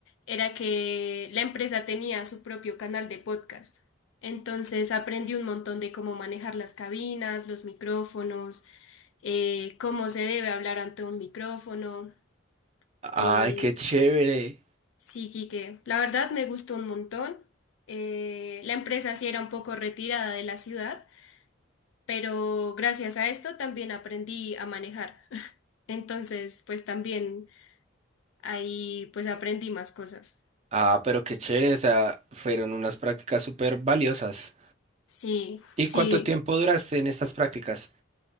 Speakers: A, on the left (about 70°); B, on the right (about 30°).
A: era que la empresa tenía su propio canal de podcast. Entonces aprendí un montón de cómo manejar las cabinas, los micrófonos, eh, cómo se debe hablar ante un micrófono.
B: Ay,
A: Eh,
B: qué chévere.
A: sí, Quique, la verdad me gustó un montón. Eh, la empresa sí era un poco retirada de la ciudad pero gracias a esto también aprendí a manejar. <laughs> Entonces, pues también ahí pues aprendí más cosas.
B: Ah, pero qué chévere, o sea, fueron unas prácticas súper valiosas.
A: Sí,
B: ¿Y
A: sí.
B: cuánto tiempo duraste en estas prácticas?